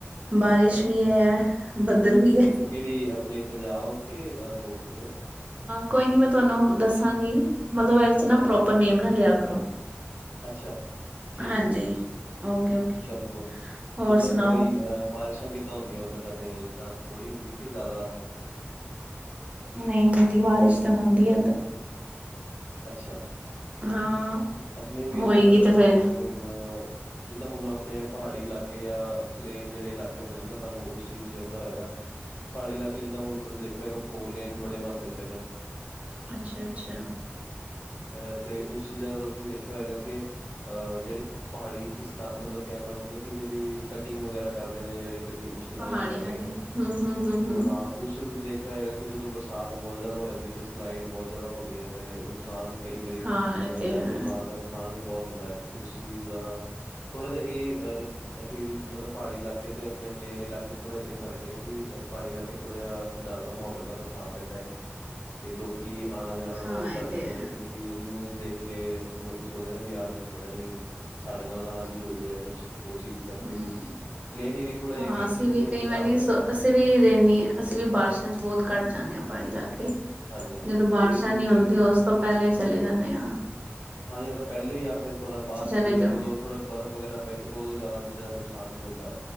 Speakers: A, on the right; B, on the left.
A: ਬਾਰਿਸ਼
B: ਅੱਛਾ,
A: ਵੀ ਹੈ ਬੱਦਲ ਵੀ
B: ਕਿੱਥੇ
A: ਹ
B: ਕਿਹੜੀ ਆਪਣੇ ਪੰਜਾਬ ਕੇ ਅ ਹੋਰ ਕਿਤੇ?
A: ਕੋਈ ਨਹੀਂ ਮੈਂ ਤੁਹਾਨੂੰ ਦੱਸਾਂਗੀ ਮਤਲਬ ਇਹਦੇ ਚ
B: ਅੱਛਾ
A: ਨਾ
B: ਠੀਕ,
A: ਪ੍ਰੋਪਰ ਨੇਮ ਨਾ ਲਿਆ ਕਰੋ
B: ਅੱਛਾ ਠੀਕ
A: ਹਾਂਜੀ
B: ਠੀਕ
A: ਓਕੇ ਓਕੇ
B: ਚਲੋ ਕੋਈ
A: ਹੋਰ
B: ਮਤਲਬ
A: ਸੁਣਾਓ
B: ਉਹੀ ਪਾਤਸ਼ਾਹ ਕਿੱਦਾਂ ਹੁੰਦੀ ਆ ਉਧਰ ਸਾਡੇ ਜਿਦਾਂ ਥੋੜੀ ਹੁੰਦੀ ਕਿ ਜਿਆਦਾ
A: ਨਹੀਂ ਹੁੰਦੀ ਬਾਰਿਸ਼ ਤੇ ਹੁੰਦੀ
B: ਅੱਛਾ
A: ਹਾਂ
B: ਆਪਣੀ ਵੀ
A: ਹੋਏਗੀ
B: ਇਧਰ
A: ਤੇ ਫੇਰ
B: ਜਿਵੇਂ ਹੁਣ ਜਿੱਦਾਂ ਹੁਣ ਆਪਣੇ ਪਹਾੜੀ ਇਲਾਕੇ ਆ ਪਲੇਨ ਜਿਹੜੇ ਇਲਾਕੇ ਹੁੰਦੇ ਨੇ ਨਾ ਤੁਹਾਨੂੰ ਉਸ ਚੀਜ਼ ਦਾ ਹੋਏਗਾ ਪਹਾੜੇ ਇਲਾਕੇ ਜਿੱਦਾਂ ਹੁਣ ਤੁਸੀਂ ਦੇਖਿਆ ਹੈਗਾ ਫੋਰ ਲੇਨ ਬੜੇ ਬਣਦੇ ਪਏ ਨੇ
A: ਅੱਛਾ ਅੱਛਾ
B: ਅਹ ਤੇ ਉਸ ਚੀਜ਼ਾਂ ਤਾਂ ਤੁਸੀਂ ਦੇਖਿਆ ਹੋਏਗਾ ਕੇ ਅ ਜਿਹੜੇ ਪਹਾੜੀ ਖਿਸਕਾ, ਮਤਲਬ ਕਹਿਣ ਦਾ ਮਤਲਬ ਕਿ ਜਿਹੜੀ, ਕਟਿੰਗ ਵਗੈਰਾ ਕਰਦੇ ਨੇ, ਜਿਹੜੇ ਵੱਡੀਆ ਮਸ਼ੀਨਾਂ
A: ਪਹਾੜੀਆਂ
B: ਜਿਹੜੀ ਕਰ ਰ‌ਈਆਂ।
A: ਦੀ ਹਮ ਹਮ ਹਮ ਹਮ
B: ਹਾਂ ਉਸ 'ਚ ਤੁਸੀਂ ਦੇਖਿਆ ਹੋਏਗਾ ਕਿ ਜਦੋਂ ਬਰਸਾਤ ਬਹੁਤ ਜ਼ਿਆਦਾ ਹੋ ਜਾਂਦੀ ਤੇ ਸਲਾਈਡ ਬਹੁਤ ਜ਼ਿਆਦਾ ਹੁੰਦੀ ਐ ਤੇ ਨੁਕਸਾਨ ਕਈ ਵਾਰੀ, ਅਹ
A: ਹਾਂ ਇਹ ਤੇ
B: ਜਾ
A: ਹੈ
B: ਓਦਾ ਨੁਕਸਾਨ ਵੀ ਬਹੁਤ ਹੁੰਦਾ ਐ। ਉਸ ਚੀਜ਼ ਦਾ, ਥੋੜਾ ਜਾ ਇਹ ਹੇਗਾ ਐਹੀ ਮਤਲਬ ਪਹਾੜੀ ਇਲਾਕੇ ਤੇ ਆਪਣੇ ਪਲੇਨ ਇਲਾਕੇ 'ਚ ਥੋੜਾ ਇਹ ਫ਼ਰਕ ਐ ਕਿ, ਪਹਾੜੀ ਲਾਕੇ 'ਚ ਥੋੜਾ ਜਿਆ ਡਰ ਦਾ ਮਾਹੌਲ ਰਹਿੰਦਾ ਬਰਸਾਤ ਦੇ ਟਾਈਮ ਤੇ ਲੋਕੀ ਆਣਾ-ਜਾਣਾ ਬਹੁਤ
A: ਹਾਂ ਇਹ
B: ਘੱਟ ਜਾਂਦੇ
A: ਤੇ ਹੈ
B: ਨੇ, ਕਿਉਂਕਿ ਕਿ ਨਿਊਜ਼ ਦੇਖ ਕੇ ਲੋਕੀ ਸੋਚਦੇ ਨੇ ਬੀ ਆਹ ਚੀਜ਼ ਪਤਾ ਨੀ, ਸਾਡੇ ਨਾਲ ਨਾ ਜੇਓ ਜੇਆ ਕੁਛ, ਉਹ ਚੀਜ਼ ਕਰਕੇ,
A: ਹਮ
B: ਪਲੇਨ ਏਰੀਏ ਥੋੜ੍ਹਾ ਇਹ
A: ਹਾਂ
B: ਕਿ ਇਸ
A: ਅਸੀਂ
B: ਚੀਜ਼
A: ਵੀ
B: ਤੋਂ
A: ਕਈ
B: ਬਚਾਵ
A: ਵਾਰੀ
B: ਰਹਿੰਦਾ
A: ਸ
B: ਐ।
A: ਅਸੀਂ ਵੀ ਰੇਨੀ ਆਂ। ਅਸੀਂ ਵੀ ਬਾਰਿਸ਼ਾਂ 'ਚ ਬਹੁਤ ਘੱਟ ਜਾਂਨੇ ਆ, ਪਹਾੜੀ ਲਾਕੇ 'ਚ
B: ਹਾਂਜੀ-ਹਾਂਜੀ,
A: ਜਦੋਂ
B: ਮਤਲਬ
A: ਬਾਰਿਸ਼ਾਂ
B: ਇਹ ਚੀਜ਼
A: ਨ‌ੀ
B: ਤੇ
A: ਹੁੰਦੀਆਂ
B: ਤੇ-
A: ਉਸ
B: ਹਾਂਜੀ,
A: ਤੋਂ ਪਹਿਲੇ ਈ ਚਲੇ ਜਾਂਨੇ ਆਂ।
B: ਹਾਂ ਜਾਂ ਤਾਂ ਪਹਿਲੇ ਜਾਂ ਫਿਰ ਥੋੜ੍ਹਾ ਬਾਅਦ 'ਚ
A: ਚਲੇ
B: ਜਿਵੇਂ
A: ਜਾਓ
B: ਜਦੋਂ ਥੋੜਾ ਬਰਫ਼ ਵਗੈਰਾ ਪੈ ਚਲੋ, ਉਦੋਂ ਜ਼ਾਦਾ ਚੀਜ਼ਾਂ ਦਾ ਨੁਕਸਾਨ ਨੀ ਹੁੰਦਾ।